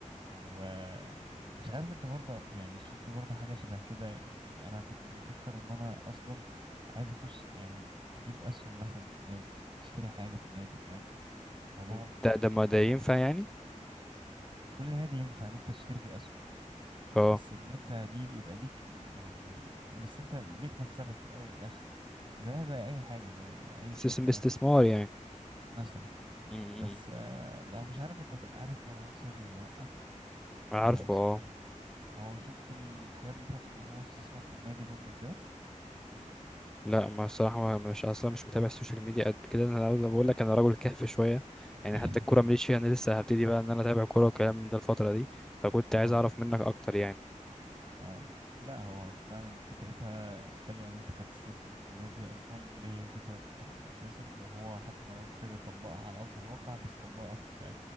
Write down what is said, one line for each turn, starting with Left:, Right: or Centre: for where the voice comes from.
Right: ومش عارف انت برضه يعني شفت برضه حاجة شبه كده يعني انا كنت بفكر ان انا اصلا عايز اخش يعني تجيب اسهم مثلا في النادي تشتري حاجة في النادي فاهم موضوع
Centre: مم. ده ده ما
Right: واخد
Centre: ده ينفع يعني
Right: كل نادي ينفع ان انت تشتري فيه اسهم
Centre: اه
Right: بس ان انت ليك يبقى ليك يعني بس انت ليك مكسبك في الاول والاخر زيها زي اي حاجة زي اي
Centre: سيستم
Right: شركة مثلا
Centre: استثمار يعني
Right: مثلا
Centre: مم.
Right: بس آه لا مش عارف انت تبقى عارف مروان سري ولا لأ
Centre: عارفه
Right: آه وسمعت
Centre: اه
Right: هو شفت الحاجات بتاعته ان هو استثمر في النادي برضو وكده
Centre: لا ما الصراحة ما- مش أصلا مش متابع السوشيال ميديا قد كده أنا أنا بقول لك أنا راجل كهف شوية يعني
Right: <laughs>
Centre: حتى الكورة ماليش فيها أنا لسه هبتدي بقى إن أنا أتابع كورة وكلام من ده الفترة دي فكنت عايز
Right: اه
Centre: أعرف منك أكتر يعني
Right: اه لا هو فعلا فكرتها حلوة ان انت كنت تستثمر في النادي اصلا دي فكرة تحفة اساسا وهو حتى مروان سري طبقها على ارض الواقع بس طبقها في